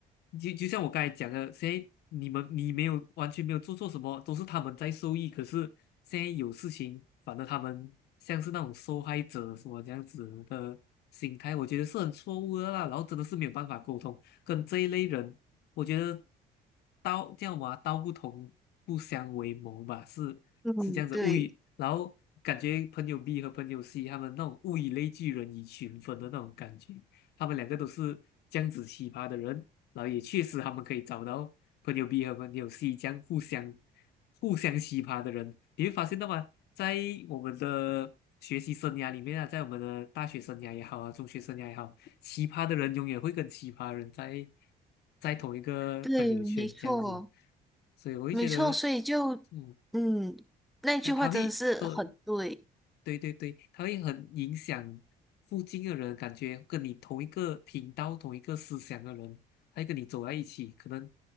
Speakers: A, on the left; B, in the centre.
A: 就就像我刚才讲的，现在你们你没有完全没有做错什么，都是他们在受益。可是现在有事情，反而他们像是那种受害者什么这样子的心态，我觉得是很错误的啦。然后真的是没有办法沟通，跟这一类人，我觉得道叫嘛，道不同不相为谋吧，是是这样子。
B: 嗯，对
A: 物以，然后感觉朋友 B 和朋友 C 他们那种物以类聚，人以群分的那种感觉。他们两个都是这样子奇葩的人，然后也确实他们可以找到朋友 B 和朋友 C 这样互相互相奇葩的人。你会发现到吗？在我们的学习生涯里面啊，在我们的大学生涯也好啊，中学生涯也好，奇葩的人永远会跟奇葩人在在同一个朋友圈这样子，
B: 对，没错
A: 所以我会觉得，
B: 没错，所以就
A: 嗯，
B: 嗯，那句话真的是很对。
A: 但他会多。对对对，他会很影响附近的人，感觉跟你同一个频道、同一个思想的人，他会跟你走在一起。可能